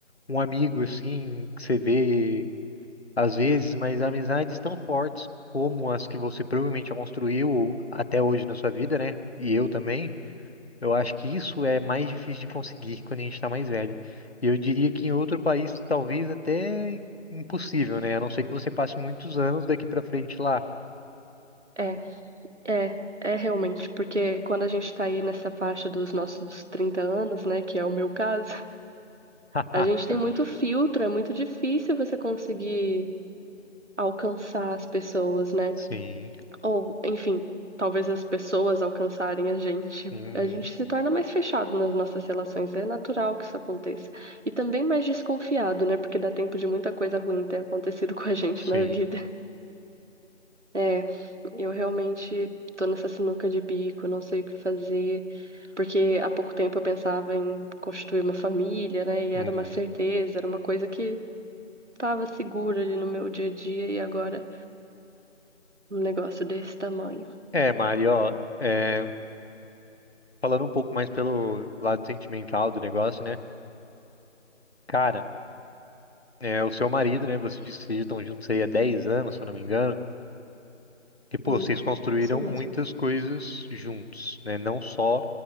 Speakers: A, on the left (about 55°); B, on the right (about 70°).
A: um amigo assim que você vê às vezes, mas amizades tão fortes como as que você provavelmente construiu ou até hoje na sua vida, né? E eu também, eu acho que isso é mais difícil de conseguir quando a gente está mais velho. E eu diria que em outro país talvez até impossível, né? A não ser que você passe muitos anos daqui para frente lá.
B: É, é, é realmente, porque quando a gente tá aí nessa faixa dos nossos 30 anos, né, que é o meu caso,
A: <laughs>
B: a gente tem muito filtro, é muito difícil você conseguir alcançar as pessoas, né?
A: Sim.
B: Ou, enfim, talvez as pessoas alcançarem a gente.
A: Uhum.
B: A gente se torna mais fechado nas nossas relações. É natural que isso aconteça. E também mais desconfiado, né? Porque dá tempo de muita coisa ruim ter acontecido <laughs> com a gente
A: Sim.
B: na vida. É, eu realmente tô nessa sinuca de bico, não sei o que fazer. Porque há pouco tempo eu pensava em constituir uma família, né? E era
A: Uhum.
B: uma certeza, era uma coisa que estava segura ali no meu dia a dia. E agora um negócio desse tamanho.
A: É, Mari, ó, é, falando um pouco mais pelo lado sentimental do negócio, né? Cara, é, o seu marido, né? Você disse que vocês estão juntos aí há 10 anos, se eu não me engano. E, pô,
B: Hum,
A: vocês construíram
B: isso mesmo.
A: muitas coisas juntos, né? Não só